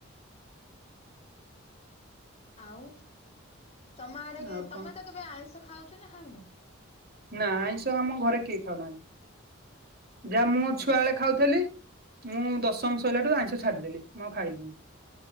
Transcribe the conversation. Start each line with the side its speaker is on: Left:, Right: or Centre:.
Left: ଆଉ ତମ ଆଡ଼େ
Right: ଆଉ
Left: କେ
Right: କଣ
Left: ତମେ ତ କେବେ ଆଇଁଷ ଖାଉଚ ନା ଖାଉନ?
Right: ନା ଆଇଁଷ ଆମ ଘରେ କିହି ଖାଉନାହାନ୍ତି ଯାହା
Left: ଓହୋ
Right: ମୁଁ ଛୁଆ ଏଳେ ଖାଉଥିଲି। ମୁଁ ଦଶମ ଶଇଲାଠୁ ଆଇଁଷ ଛାଡ଼ିଦେଲି ମୁଁ ଆଉ ଖାଇଲିିନି।